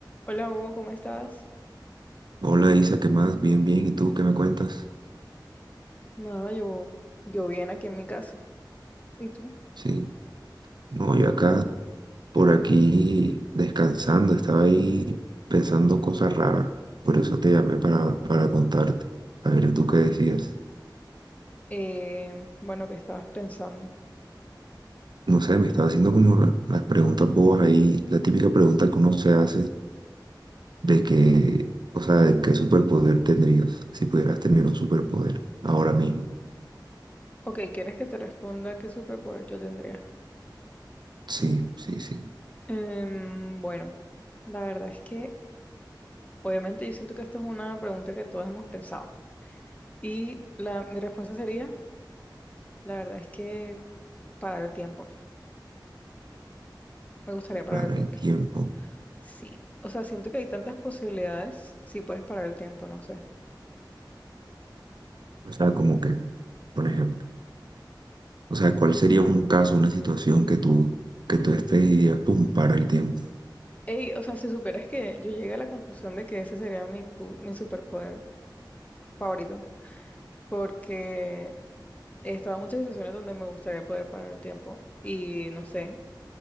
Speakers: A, on the left; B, on the right.
A: Hola Hugo, ¿cómo estás?
B: Hola Isa, ¿qué más? Bien, bien. ¿Y tú qué me cuentas?
A: Nada, yo, yo bien aquí en mi casa. ¿Y tú?
B: Sí. No, yo acá, por aquí, descansando. Estaba ahí pensando cosas raras. Por eso te llamé para, para contarte. A ver, ¿tú qué decías?
A: Eh, bueno, ¿qué estabas pensando?
B: No sé, me estaba haciendo como la- las preguntas bobas ahí. La típica pregunta que uno se hace de que, o sea, de qué superpoder tendrías si pudieras tener un superpoder ahora mismo.
A: Ok, ¿quieres que te responda qué superpoder yo tendría?
B: Sí, sí, sí.
A: Em, bueno, la verdad es que obviamente yo siento que esto es una pregunta que todos hemos pensado. Y la, mi respuesta sería, la verdad es que parar el tiempo. Me gustaría parar
B: Para
A: el tiempo.
B: el tiempo.
A: Sí. O sea, siento que hay tantas posibilidades si puedes parar el tiempo, no sé.
B: O sea, como que, por ejemplo. O sea, ¿cuál sería un caso, una situación que tú, que tú estés y digas, pum, para el tiempo?
A: Ey, o sea, si supieras que yo llegué a la conclusión de que ese sería mi, pu- mi superpoder favorito, porque he estado en muchas situaciones donde me gustaría poder parar el tiempo y no sé,